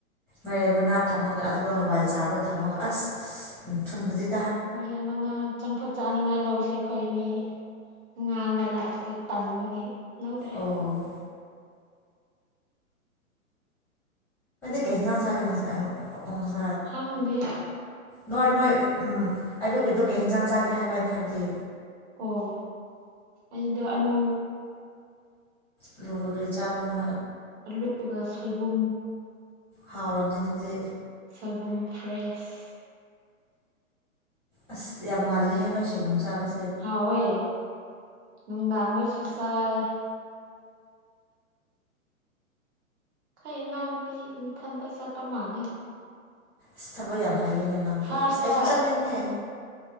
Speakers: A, in the centre; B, on the right.
A: ꯃꯥꯏꯔꯦꯟ ꯃꯅꯥꯠ ꯊꯝꯃꯒ ꯑꯗꯨꯒ ꯍꯋꯥꯏꯖꯥꯔꯗꯣ ꯊꯝꯃꯒ ꯑꯁ ꯊꯨꯝ ꯈꯖꯤꯛ
B: ꯑꯔꯦ ꯃꯅ ꯆꯝꯐꯨꯠ ꯆꯥꯅꯤꯉꯥꯏ ꯂꯧꯁꯤ ꯑꯩꯈꯣꯏꯅꯤ ꯉꯥꯒ ꯂꯥꯛꯄꯗ ꯇꯟꯕꯒꯤ ꯂꯣꯏꯗ꯭ꯔꯦ
A: ꯑꯣ ꯀꯦꯁ ꯁꯥ
B: ꯈꯪꯅꯤꯦ
A: ꯅꯣꯏ ꯅꯣꯏ ꯎꯝ ꯑꯌꯨꯛꯀꯤꯗꯨ ꯀꯩ ꯍꯟꯖꯥꯡ ꯆꯥꯒꯦ ꯍꯥꯏꯕ ꯑꯅꯤ ꯍꯥꯏꯕꯗꯤ
B: ꯑꯣ ꯑꯗ ꯑꯂꯨ
A: ꯑ ꯂꯨꯕ ꯀꯔꯤ ꯆꯥꯕꯅꯣ
B: ꯂꯨꯒ ꯁꯣꯏꯕꯨꯝ
A: ꯍꯥꯎꯔꯝꯅꯦ ꯑꯗꯨꯗꯤ
B: ꯁꯜꯕꯨꯝ ꯐ꯭ꯔꯦꯁ
A: ꯑꯁ ꯌꯥꯝ ꯃꯥꯜꯂꯦ ꯍꯦ ꯅꯣꯏ ꯁꯦꯕꯟ ꯆꯥꯕꯗ
B: ꯍꯣꯏ ꯅꯨꯡ ꯗꯥꯡꯒꯗꯁꯨ ꯆꯁꯥꯏ ꯑꯩꯩ ꯏꯅꯥꯎꯅꯨꯄꯤ ꯃꯊꯟꯇ ꯆꯠꯄ ꯃꯥꯜꯂꯦ
A: ꯁꯊꯕꯌ ꯐꯩꯌꯦꯦꯅ ꯝꯄꯤꯗꯣ
B: ꯐꯥꯔꯁꯇ
A: ꯑꯁ ꯑꯩꯁꯨ ꯆꯠꯅꯤꯡꯉꯦ